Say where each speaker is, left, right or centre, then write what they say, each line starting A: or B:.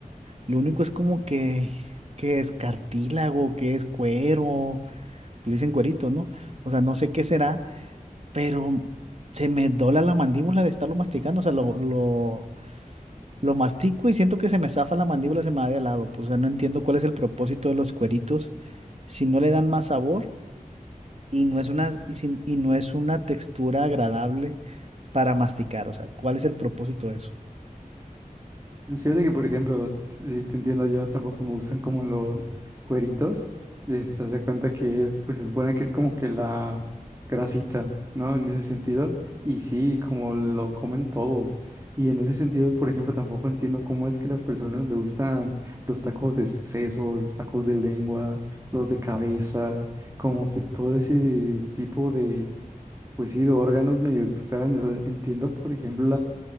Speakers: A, on the right; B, on the right.
A: lo único es como que, que es cartílago, que es cuero, pues dicen cueritos, ¿no? O sea, no sé qué será pero se me dobla la mandíbula de estarlo masticando, o sea, lo, lo, lo mastico y siento que se me zafa la mandíbula, se me va de lado, pues, o sea, no entiendo cuál es el propósito de los cueritos si no le dan más sabor y no es una, y, sin- y no es una textura agradable para masticar, o sea, ¿cuál es el propósito de eso?
B: Fíjate que, por ejemplo, si te entiendo, yo tampoco me gustan como los cueritos. Este, haz de cuenta que es, pues se supone que es como que la grasita, ¿no? En ese sentido. Y sí, como lo comen todos. Y en ese sentido, por ejemplo, tampoco entiendo cómo es que las personas le gustan los tacos de seso, los tacos de lengua, los de cabeza, como que todo ese tipo de, pues sí, de órganos medio extraños. O sea, Entiendo, por ejemplo,